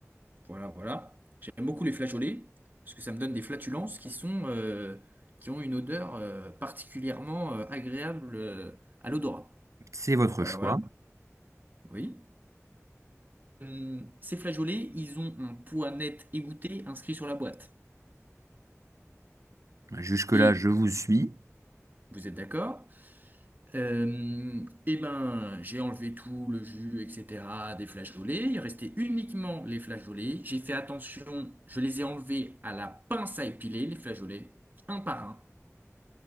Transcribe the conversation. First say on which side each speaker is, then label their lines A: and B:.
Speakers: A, on the right (about 35°); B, on the right (about 70°).
A: Voilà, voilà. J'aime beaucoup les flageolets parce que ça me donne des flatulences qui sont, euh, qui ont une odeur euh, particulièrement euh, agréable euh, à l'odorat.
B: C'est votre
A: Voilà,
B: choix.
A: voilà. Oui. Hum, ces flageolets, ils ont un poids net égoutté inscrit sur la boîte.
B: Jusque-là,
A: Et
B: je vous suis.
A: vous êtes d'accord? Euh, eh ben, j'ai enlevé tout le jus, etc. des flageolets. Il restait uniquement les flageolets. J'ai fait attention. Je les ai enlevés à la pince à épiler, les flageolets, un par un.